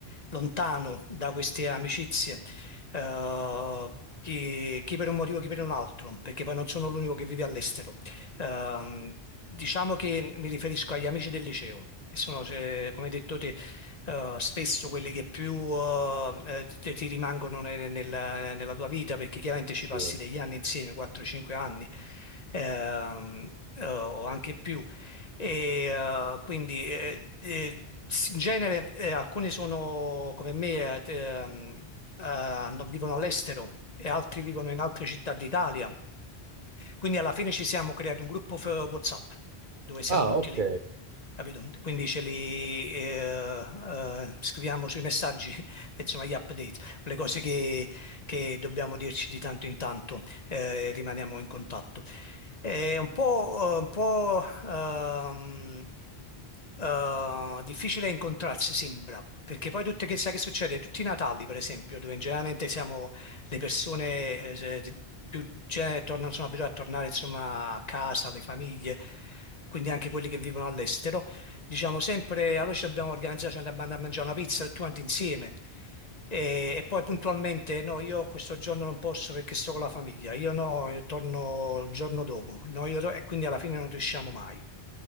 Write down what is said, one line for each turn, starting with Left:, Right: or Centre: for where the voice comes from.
Left: lontano da queste amicizie, eh, chi, chi per un motivo, chi per un altro, perché poi non sono l'unico che vive all'estero. Ehm, diciamo che mi riferisco agli amici del liceo, che sono, cioè, come hai detto te, eh, spesso quelli che più eh, eh, ti ti rimangono ne- nella, nella tua vita, perché chiaramente ci
Right: Sì.
Left: passi degli anni insieme, 4-5 anni ehm, eh, o anche più. E, eh, quindi eh, eh, s- in genere eh, alcuni sono come me, eh, ehm, eh, hanno- vivono all'estero e altri vivono in altre città d'Italia quindi alla fine ci siamo creati un gruppo f- WhatsApp dove siamo
Right: Ah,
Left: tutti
Right: ok.
Left: lì, capito? Quindi ce li eh, eh, scriviamo sui messaggi, <laughs> insomma, gli update, le cose che, che dobbiamo dirci di tanto in tanto, eh, rimaniamo in contatto. È un po', eh, un po', ehm, eh, difficile incontrarsi, sembra, perché poi tutte che sai che succede? Tutti i Natali, per esempio, dove generalmente siamo le persone eh, se- di- più cioè, tornano, sono abituate a tornare insomma a casa, alle famiglie, quindi anche quelli che vivono all'estero diciamo sempre, allora ci dobbiamo organizzare, ci andiamo a mangiare una pizza tutti quanti insieme. E, e poi puntualmente, no, io questo giorno non posso perché sto con la famiglia, io no, io torno il giorno dopo, no, io to- e quindi alla fine non riusciamo mai.